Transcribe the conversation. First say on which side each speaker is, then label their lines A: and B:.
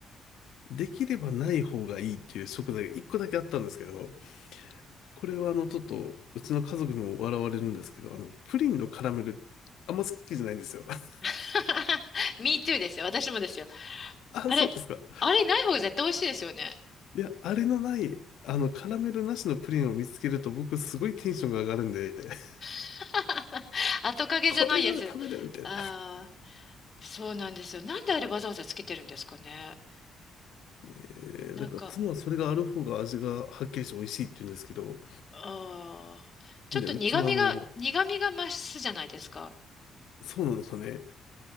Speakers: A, on the left (about 80°); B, on the left (about 40°).
A: できればない方がいいっていう食材が一個だけあったんですけど、これはあの、ちょっと、うちの家族にも笑われるんですけど、あの、プリンのカラメル、あんま好きじゃないんですよ。<laughs>
B: <laughs> Me too ですよ。私もですよ。
A: あ、
B: あれ、
A: そうですか。
B: あれない方が絶対美味しいですよね。
A: いや、あれのない、あの、カラメルなしのプリンを見つけると僕すごいテンションが上がるんで、<laughs>
B: <laughs> 後影じゃないやつ。
A: これなら食べるみたいな。
B: ああ、そうなんですよ。なんであれわざわざつけてるんですかね。
A: ねえなんか妻はそれがある方が味がはっきりして美味しいって言うんですけど、
B: なんか、ああ、ちょっと苦味が、
A: で、うちはあの、
B: 苦味が増すじゃないですか。
A: そうなんですよね。